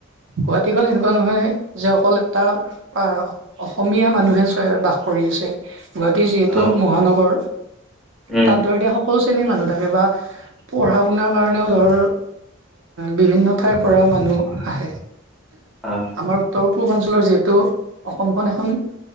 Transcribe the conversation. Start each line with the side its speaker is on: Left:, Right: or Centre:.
Right: গুৱাহাটীখন এনেকুৱা নহয়। যে অকল এটা আহ অসমীয়া মানুহে বাস কৰি আছে। গুৱাহাটী যিহেতু
Centre: অ অ',
Right: মহানগৰ
Centre: উম
Right: তাত ধৰ এতিয়া সকলো ণীৰ মানুহ থাকে বা পঢ়া শুনাৰ কাৰণেও ধৰ বিভিন্ন ঠাইৰ পৰা মানুহ আহে,
Centre: অ
Right: আমাৰ উত্তৰ পূৰ্বাঞ্চলৰ যিহেতু অসমখন এখন